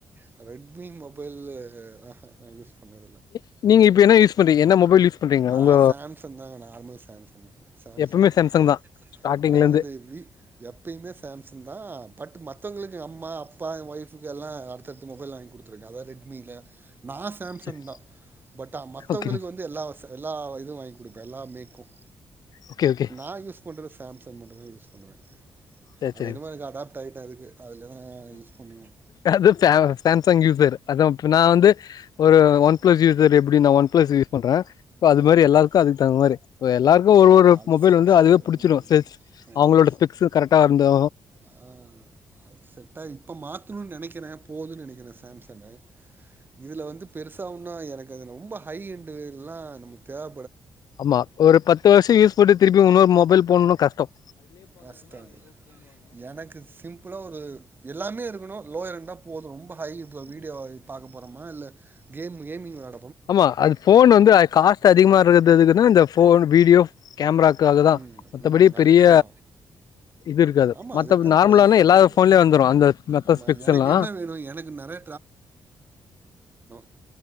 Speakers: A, on the right (about 25°); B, on the left (about 60°).
A: ஆ ரெட்மி மொபைலு ஆஹா யூஸ் பண்ண
B: நீ நீங்க இப்ப என்ன யூஸ் பண்றீங்க என்ன மொபைல் யூஸ் பண்றீங்க
A: நா
B: உங்க
A: சேம்சங் தாங்க நார்மல் சேம்சங் சேம்சங்
B: எப்பவுமே
A: தா
B: சாம்சங் ஸ்டார்டிங்ல
A: நா
B: இருந்து
A: வந்து வி எப்பயுமே சேம்சங் தா பட்டு மத்தவங்களுக்கு எங்க அம்மா அப்பா என் ஒயஃபுக்கு எல்லாம் அடுத்தடுத்த மொபைல் வாங்கி கொடுத்துருக்க அதா ரெட்மியில நா சேம்சங்
B: சரி,
A: தா பட் மத்தவங்களுக்கு
B: ஓகே
A: வந்து எல்லா வச எல்லா இதுவு வாங்கி கொடுப்பே எல்லா மேக்கும்
B: ஓகே ஓகே
A: நான் யூஸ் பண்ற சேம்சங் மட்டும் தா யூஸ் பண்ணுவே
B: செரி
A: அது
B: செரி
A: என்னமோ எனக்கு அடாப்ட் ஆயிட்டே அதுக்கு அதுல தா யூஸ் பண்ணுவே
B: அதா சேம் சேம்சங் யூசர் அதா இப்ப நா வந் து ஒரு ஒன் பிளஸ் யூசர் எப்படி நான் ஒன் பிளஸ் யூஸ் பண்ற இப்ப அது மாரி
A: ஆ
B: எல்லாருக்கு அதுக்கு தகுந்த மாரி இப்ப எல்லாருக்கு ஒரு ஒரு
A: ஆ அது
B: மொபைல்
A: செட்
B: வந்து
A: ஆகுது
B: அதுவே புடிச்சிரு
A: ம்
B: செ
A: ம்
B: அவுங்களோட பிக்ஸ அந்தோ
A: ஆ அது செட்டா இப்ப மாத்தணும்னு நெனைக்கிற போதுனு நெனைக்கிற சேம்ச சனு இதுல வந்து பெருசா ஒன்னு எனக்கு அது ரொம்ப ஹை எண்டு இதுல்லா நம்பளுக்கு தேவ
B: ஆமா ஒரு பத்து வருஷோ யூஸ் பண்ணி திருப்பியும் இன்னொரு மொபைல் போனுனா கஷ்டம்
A: கஷ்டம் இது எனக்கு சிம்ப்ளா ஒரு எல்லாமே இருக்கணு லோ இரண்டா போதும் ரொம்ப ஹை இப்போ வீடியோ பாக்க போரோமா இல்ல கேம் கேமிங் வெளாட
B: ஆமா அது ஃபோனு வந்து காஸ்ட்டு அதிகமா இருக்கறது எதுக்குன்னா இந்த ஃபோன் வீடியோ கேமராக்காகதா
A: ம்
B: மத்தபடி
A: ம்
B: பெரிய
A: அதுக்கு தா
B: இது இருக்காது
A: ஆமா
B: மத்த
A: அதுக்கு தா
B: நார்மலானா
A: பிரைஸ் உங்களுக்கு
B: எல்லா ஃபோன்லே வந்துரு அந்த மத்த
A: ஆமா
B: பெக்ஸ்
A: எனக்கு
B: எல்லா
A: என்ன வேணும் எனக்கு நிறைய நா